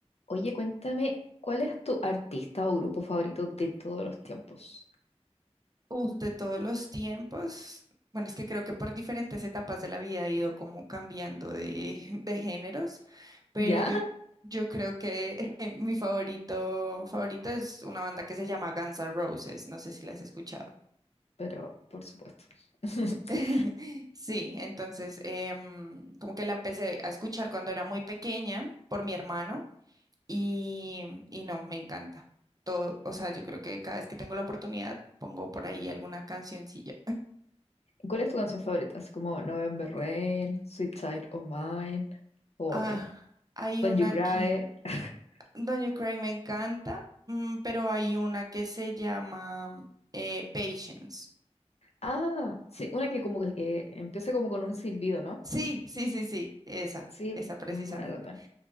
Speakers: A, on the left; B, on the right.
A: Oye, cuéntame, ¿cuál es tu artista o grupo favorito de todos los tiempos?
B: Uf, de todos los tiempos, bueno, es que creo que por diferentes etapas de la vida ha ido como cambiando de, <laughs> de géneros, pero
A: ¿Ya?
B: yo, yo creo que <laughs> mi favorito, favorito es una banda que se llama Guns N' Roses, no sé si la has escuchado.
A: Pero, por supuesto. <laughs>
B: <laughs> Sí, entonces em, como que la empecé a escuchar cuando era muy pequeña por mi hermano y, y no, me encanta. Todo, o sea, yo creo que cada vez que tengo la oportunidad pongo por ahí alguna cancioncilla.
A: ¿Cuál es tu canción favorita? Así como November Rain, Sweet Child O' Mine, o
B: Ah,
A: otra.
B: hay
A: When
B: una
A: You Cry.
B: que,
A: <laughs>
B: Don't You Cry me encanta, mm, pero hay una que se llama eh, Patience.
A: Ah, sí, una que como que, que empieza como con un silbido, ¿no?
B: Sí, sí, sí, sí, esa,
A: Sí,
B: esa precisamente.
A: muy buena también.